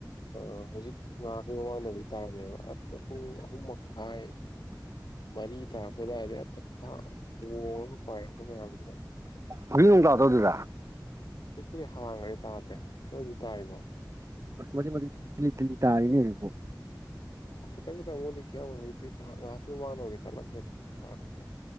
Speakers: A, on the left (about 70°); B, on the right (about 40°).
A: ꯑ ꯍꯧꯖꯤꯛ ꯉꯥꯏꯍꯥꯥꯛꯀꯤ ꯃꯃꯥꯡꯗꯕꯨꯗꯤ ꯇꯥꯔꯝꯃꯦꯕ ꯄꯨꯡ ꯑꯍꯨꯝ ꯃꯈꯥꯏ ꯃꯔꯤ ꯇꯥꯔꯛꯄ ꯑꯗꯨꯋꯥꯏꯗꯥ ꯍꯦꯛꯇꯥ ꯈꯣꯡꯉꯒ ꯄꯥꯏꯔꯛꯄ ꯃꯌꯥꯝꯗꯨꯅ
B: ꯍꯧꯖꯤꯛ ꯅꯣꯡ ꯇꯥꯗꯔꯥ ꯑꯗꯨꯗꯥ
A: ꯍꯧꯖꯤꯛꯄꯨꯗꯤꯍꯪꯒꯔ꯭ꯦ ꯇꯥꯗ꯭ꯔꯦ ꯅꯣꯏꯗꯨꯗꯥ ꯇꯥꯔꯤꯕꯣ
B: ꯃꯆꯤꯠ꫰ꯃꯆꯤꯠ ꯊꯤꯜꯂꯤ ꯊꯤꯜꯂꯤ ꯇꯥꯔꯤꯅꯦ ꯍꯧꯖꯤꯛꯄꯣ
A: ꯑꯣ ꯈꯤꯇꯪ ꯈꯤꯇꯪꯕꯨꯗꯤ ꯈꯤꯀꯝꯒꯅꯤ ꯍꯧꯖꯤꯛꯇꯤ ꯉꯍꯥꯛ ꯉꯥꯏꯍꯥꯛꯀꯤ ꯃꯃꯥꯡꯗꯕꯨꯗ ꯀꯂꯝꯃꯤ ꯑꯗꯨ ꯐꯒꯥꯔꯦꯕꯥ